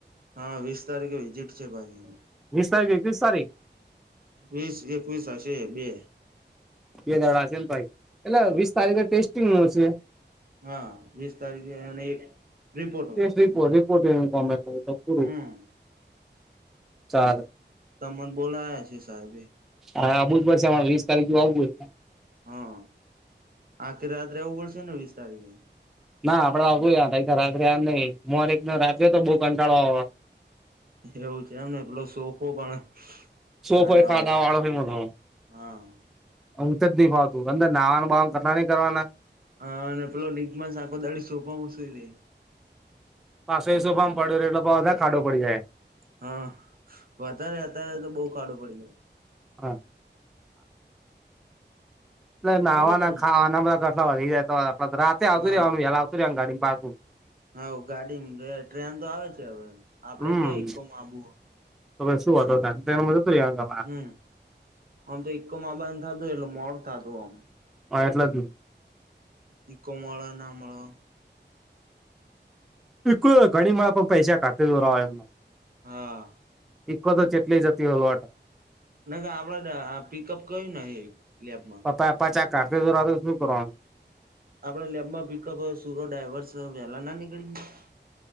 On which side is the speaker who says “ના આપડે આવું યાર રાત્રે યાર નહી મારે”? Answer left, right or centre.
Centre